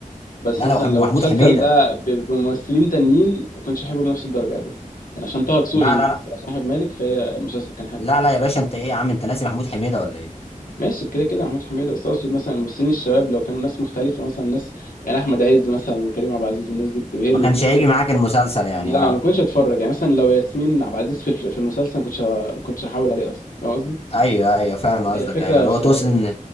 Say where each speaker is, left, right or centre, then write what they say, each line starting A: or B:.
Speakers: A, on the left; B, on the left.
A: بس
B: لا
A: مثلا
B: لا وح- ومحمود
A: لو المسلسل
B: حميده
A: ده ب- بممثلين تانيين ما كنتش احبه بنفس الدرجه ابدا يعني عشان طه دسوقي
B: لا
A: بيمثل
B: لا لا
A: عشان احمد مالك فهي المسلسل كان حلو
B: لا لا يا باشا انت ايه يا عم انت ناسي محمود حميده ولا ايه
A: ماشي كده كده محمود حميده بس اقصد مثلا الممثلين الشباب لو كانوا ناس مختلفه مثلا ناس يعني احمد عز مثلا وكريم عبد العزيز والناس دي بتبقى هي
B: ما
A: اللي
B: كانش
A: بتمثل
B: هيجي معاك المسلسل يعني
A: لا
B: اه
A: ما كنتش اتفرج يعني مثلا لو ياسمين عبد العزيز في الف- في المسلسل ما كنتش ه- ما كنتش هحاول عليه اصلا فاهم قصدي؟
B: ايوه ايوه فاهم
A: يعني
B: قصدك
A: الفكره
B: ايوه اللي
A: في
B: هو توسن